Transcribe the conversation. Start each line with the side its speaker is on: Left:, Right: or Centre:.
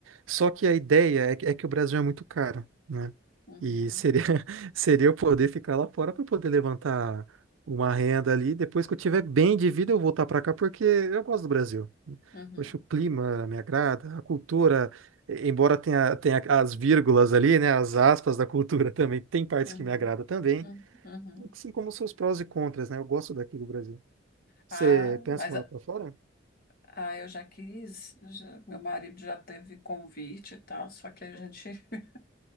Right: Só que a ideia é que, é que o Brasil é muito caro, né?
Left: Uhum,
Right: E seria, <laughs> seria eu poder ficar lá fora para poder levantar uma renda ali. Depois que eu tiver bem de vida, eu voltar para cá porque eu gosto do Brasil.
Left: uhum,
Right: Eu acho o clima me agrada, a cultura, e- embora tenha, tenha as vírgulas ali, né? As aspas da cultura <laughs> também, tem partes
Left: uhum,
Right: que me agrada também,
Left: uhum, uhum.
Right: assim como seus prós e contras, né? Eu gosto daqui do Brasil.
Left: Ah,
Right: Você pensa
Left: mas
Right: em morar para fora?
Left: Ah, eu já quis, já- meu marido já teve convite e tal, só que a gente, <laughs>